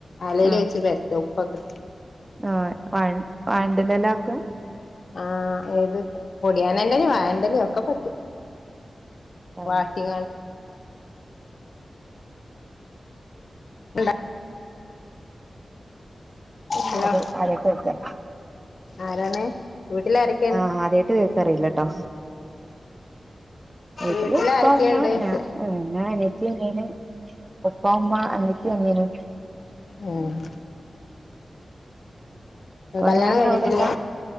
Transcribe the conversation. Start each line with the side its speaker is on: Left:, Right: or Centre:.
Left: അലേല്
Right: ആഹ്
Left: വെച്ച് പരത്തും പൊക്ക്
Right: ആഹ് വ വ ണ്ടുന്നേലക്കും
Left: ആ ഏത് പൊടിയാനെന്റെലേ വായന്റെ ലേം ഒക്കെ പറ്റും
Right: ആഹ്
Left: വാട്ടിക <unintelligible>
Right: ഇപ്പൊതിലേത്
Left: ഹലോ
Right: ആരെട്ത്ത കൊടുക്ക?
Left: ആരാണ് വീട്ടിലാരക്ക
Right: ആ ആദ്യായിട്ട് കേക്കാ അറിയിലാട്ടോ വീട്ടില്
Left: വീട്ടിൽ
Right: ഉപ്പ
Left: ആരൊക്കെയുണ്ട്
Right: മ്മ
Left: ചോദിച്ചേ
Right: ഞാ ഞാ അനിയത്തി അനിയന് ഉപ്പ ഉമ്മ അനിയത്തി അനിയന്
Left: ഉം
Right: ഇപ്പൊ
Left: കല്യാണം
Right: ഞാൻ
Left: കഴിഞ്ഞിട്ടില്ല
Right: അവിടെല്ല